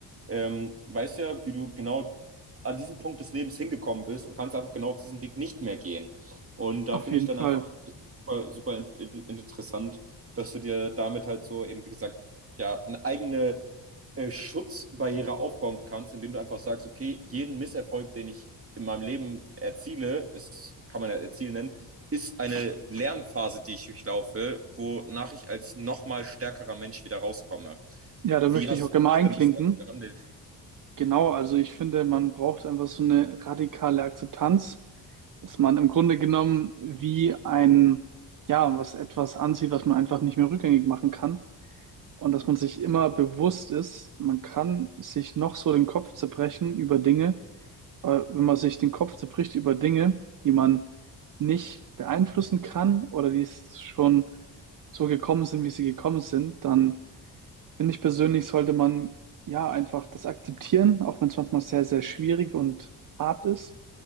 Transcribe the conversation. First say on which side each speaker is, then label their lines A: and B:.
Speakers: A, on the right (about 35°); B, on the right (about 50°).
A: ähm, weißt ja, wie du genau an diesem Punkt des Lebens hingekommen bist und kannst einfach genau auf diesen Weg nicht mehr gehen. Und da
B: auf
A: finde
B: jeden
A: ich dann
B: Fall.
A: einfach super, super in, in, interessant, dass du dir damit halt so eben, wie gesagt, ja, eine eigene äh, Schutzbarriere aufbauen kannst, indem du einfach sagst, okay, jeden Misserfolg, den ich in meinem Leben erziele, ist, kann man ja erzielen nennen, ist eine Lernphase, die ich durchlaufe, wonach ich als nochmal stärkerer Mensch wieder rauskomme.
B: Ja, da möchte
A: Wie hast
B: ich auch gerne
A: du
B: mal
A: es
B: einklinken.
A: denn bislang gehandelt?
B: Genau, also ich finde, man braucht einfach so eine radikale Akzeptanz, dass man im Grunde genommen wie ein, ja, was etwas ansieht, was man einfach nicht mehr rückgängig machen kann. Und dass man sich immer bewusst ist, man kann sich noch so den Kopf zerbrechen über Dinge, aber wenn man sich den Kopf zerbricht über Dinge, die man nicht beeinflussen kann oder die es schon so gekommen sind, wie sie gekommen sind, dann finde ich persönlich, sollte man ja einfach das akzeptieren, auch wenn es manchmal sehr, sehr schwierig und hart ist.